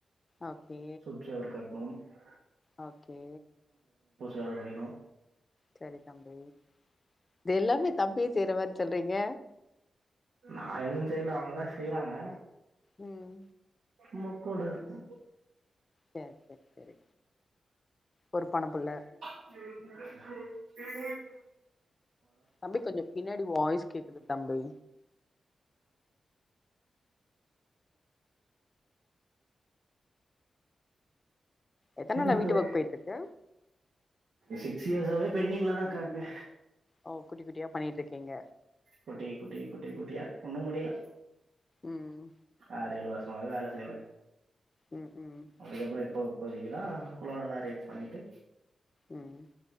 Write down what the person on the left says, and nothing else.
ஓகே
ஓகே
சரி தம்பி இது எல்லாமே தம்பியே செய்ற மாரி சொல்றீங்க
உம்
சரி சரி சரி ஒரு பணப்புள்ள
தம்பி கொஞ்சொ பின்னாடி வாய்ஸ் கேக்குது தம்பி எத்தன் நாளா
வீட்டு வர்க் போயிட்ருக்கு
ஓ குட்டி குட்டியா பண்ணிட்டு இருக்கீங்க
ம்
ம் ம்
உம்